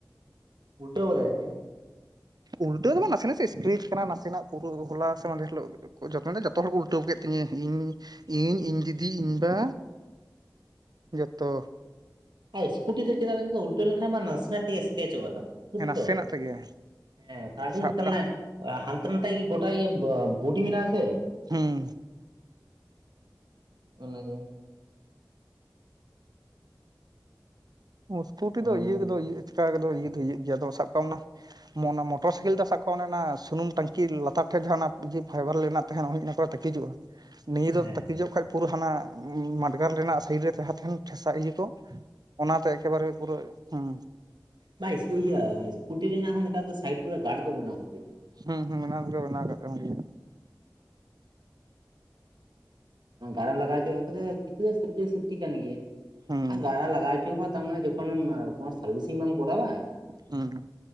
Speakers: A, on the right; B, on the right.
A: ᱩᱞᱴᱟᱹ ᱠᱮᱫᱟᱭ ᱥᱮ?
B: ᱩᱞᱴᱟᱹ ᱫᱚ ᱵᱟᱝ ᱱᱟᱥᱮ ᱱᱟᱥᱮ ᱥᱠᱨᱤᱯ ᱠᱟᱱᱟ ᱱᱟᱥᱮᱱᱟᱜ ᱯᱩᱨᱟᱹ ᱦᱚᱞᱟ ᱥᱮ ᱢᱟᱫᱷᱮᱨ ᱦᱤᱞᱳᱜᱼᱼ ᱡᱚᱛᱚᱱ ᱡᱚᱛᱚ ᱦᱚᱲ ᱠᱚ ᱩᱞᱴᱟᱹᱣ ᱠᱮᱫ ᱛᱤᱧᱟᱹ ᱤᱧ ᱤᱧ ᱫᱤᱫᱤ ᱤᱧ ᱵᱟ ᱡᱷᱚᱛᱚ᱾
A: ᱟᱨ ᱤᱥᱠᱩᱴᱤ ᱫᱚ ᱪᱮᱫᱟᱜ ᱥᱮ ᱩᱞᱴᱟᱹ ᱞᱮᱱᱠᱷᱟᱱ ᱱᱟᱥᱮᱱᱟᱜ ᱛᱮᱜᱮ ᱥᱠᱮᱡᱚᱜᱼᱟ ᱟᱫᱚ᱾ ᱤᱥᱠᱩᱴᱤ
B: ᱱᱟᱥᱮᱱᱟᱜ
A: ᱛᱚ
B: ᱛᱮᱜᱮ
A: ᱦᱮᱸ ᱜᱟᱹᱰᱤ
B: ᱥᱟᱵ
A: ᱛᱟᱨ
B: ᱠᱟᱜ
A: ᱢᱟᱱᱮᱼᱼ ᱦᱟᱱᱛᱮ ᱱᱟᱛᱮ ᱜᱳᱴᱟ ᱤᱭᱟᱹ ᱵᱩᱰᱤ ᱢᱮᱱᱟᱜ ᱟᱥᱮ
B: ᱦᱩᱸ ᱻ
A: ᱚᱱᱟᱜᱮ᱾
B: ᱥᱠᱩᱴᱤ
A: ᱚᱱᱟ
B: ᱫᱚ
A: ᱞᱟᱹᱜᱤᱫ
B: ᱤᱭᱟᱹ ᱠᱚᱫᱚ ᱤᱭᱟᱹ ᱪᱤᱠᱟ ᱠᱚᱫᱚ ᱤᱭᱟᱹ ᱫᱚ ᱤᱭᱟᱹ ᱜᱮᱭᱟ ᱟᱫᱚ ᱥᱟᱵ ᱠᱟᱜ ᱢᱮ ᱚᱱᱟᱼᱼ ᱢᱚᱱᱟ ᱢᱚᱴᱚᱨ ᱥᱟᱭᱠᱮᱞ ᱛᱮ ᱥᱟᱵ ᱠᱚᱟᱜ ᱚᱱ ᱚᱱᱟ ᱥᱩᱱᱩᱢ ᱴᱟᱝᱠᱤ ᱞᱟᱛᱟᱨ ᱴᱷᱮᱱ ᱡᱟᱦᱟᱸ ᱚᱱᱟ ᱡᱮ ᱯᱷᱟᱸᱭᱵᱟᱨ ᱨᱮᱱᱟᱜ ᱛᱟᱦᱮᱱ ᱩᱱᱤ ᱚᱱᱟ ᱠᱚᱨᱮ ᱛᱟᱠᱤᱡᱚᱜᱼᱟ᱾ <unintelligible> ᱱᱤᱭᱟᱹ ᱫᱚ
A: ᱦᱮᱸ
B: ᱛᱟᱹᱠᱤᱡᱚᱜ ᱠᱷᱟᱡ ᱯᱩᱨᱟᱹ ᱦᱟᱱᱟ ᱢᱟᱰᱜᱟᱨ ᱨᱮᱱᱟᱜ ᱥᱟᱭᱤᱰ ᱨᱮ ᱛᱟᱦᱮᱸ ᱛᱟᱦᱮᱱ ᱴᱷᱮᱥᱟ ᱤᱭᱟᱹ ᱠᱚ ᱚᱱᱟᱛᱮ ᱮᱠᱮᱵᱟᱨᱮ ᱯᱩᱨᱟᱹ ᱦᱩᱸᱼᱼ
A: ᱵᱟᱭ ᱤᱭᱟᱹ ᱤᱥᱠᱩᱴᱤ ᱨᱮᱱᱟᱜ ᱦᱚᱸ ᱱᱮᱛᱟᱨ ᱫᱚ ᱥᱟᱭᱤᱰ ᱠᱚᱨᱮ ᱜᱟᱲ ᱠᱚ ᱵᱮᱱᱟᱣ ᱟᱨᱠᱤ᱾
B: ᱦᱩᱸ ᱦᱩᱸ ᱚᱱᱟ ᱫᱚᱠᱚ ᱵᱮᱱᱟᱣ ᱠᱟᱱ ᱜᱤᱭᱟ᱾
A: ᱚᱱᱟ ᱜᱟᱲᱮᱢ ᱞᱟᱜᱟᱣ ᱪᱩᱣᱟᱜ <unintelligible> ᱠᱤᱪᱷᱩ ᱫᱚ ᱥᱮᱯᱴᱤ ᱥᱮᱯᱴᱤ ᱠᱟᱱ ᱜᱮᱭᱟ᱾
B: ᱦᱩᱸ
A: ᱟᱨ ᱜᱟᱲᱟ ᱞᱟᱜᱟᱣ ᱪᱩ ᱦᱚᱸ ᱛᱟᱢᱟᱱᱮ ᱡᱚᱠᱷᱚᱱ ᱮᱢ ᱥᱟᱨᱵᱷᱤᱥᱤᱝ ᱵᱟᱢ ᱠᱚᱨᱟᱣᱟ᱾
B: ᱦᱩᱸ ᱦᱩᱸ